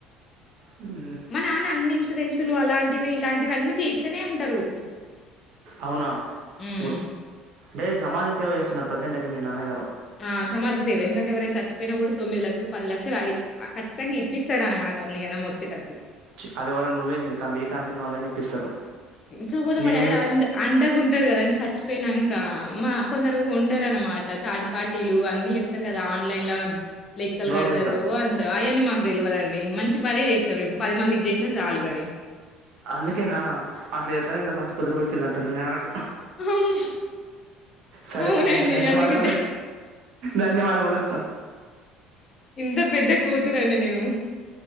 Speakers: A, on the right; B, on the left.
A: ఉంటది
B: మా నాన్న అన్ని ఇన్సూరెన్సులు అలాంటివి ఇలాంటివి అన్నిీ చేీతనే ఉంటరు
A: అవునా
B: ఉమ్
A: గుడ్ అంటే సమాజ సేవ చేస్తున్నారు ప్రజెంట్ అయితే మీ నాన్నగారు
B: ఆ సమాజ సేవ ఎందుకంటే ఎవరైనా చచ్చిపోయినా కూడా తొమ్మిది లక్షలు పది లక్షలు అడి ఖచ్చింగా ఇప్పిస్తాడ అనమాట అల్లి గనం వచ్చేటట్లు
A: చి అదివరాష్ట్ర నువ్వేంది ఏ కంపెనీ వాళ్ళఅయినా ఇప్పిస్తారు
B: సపోజ్
A: మేము
B: మా డాడీ
A: కూడా
B: అంద అండగుంటాడు కదండి సచ్ పోనాంక మా కొందరు ఉండర అన్నమాట తాడు పార్టీలు అన్ని చెప్తారు కదా ఆన్లైన్ లో లెక్కలు
A: బ్రోకరిజం
B: కడతారు అంతా అని మాకు తెలియదండి మంచి పనే జేతావ్ మేం పది మందికి చేసినా చాలు కానీ
A: అందుకేనా అట్లా ఎత్తానే ఇంత మంచి కుదురు పిల్లంటుంది నాకు
B: అవును.
A: సరే
B: అవునండి.
A: థ్యాంక్ యూ ధన్యవాదములు
B: అందుకే ద
A: ధన్యవాదములు
B: ఎంత పెద్ద కూతురన్డి నేను